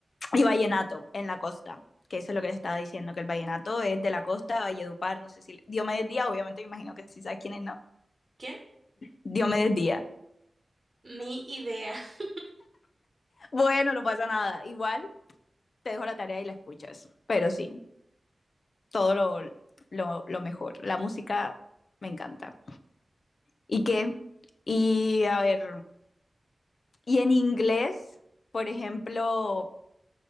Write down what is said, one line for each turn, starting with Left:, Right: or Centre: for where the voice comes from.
Left: Y vallenato en la costa, que eso es lo que les estaba diciendo, que el vallenato es de la costa, Valledupar, no sé si, Diomedes Díaz, obviamente, me imagino que sí sabes quién es, ¿no?
Right: ¿Quién?
Left: Diomedes Díaz.
Right: Ni idea. <laughs>
Left: Bueno, no pasa nada, igual te dejo la tarea y la escuchas, pero sí, todo lo, lo, lo mejor. La música me encanta. ¿Y qué? Y a ver, y en inglés, por ejemplo,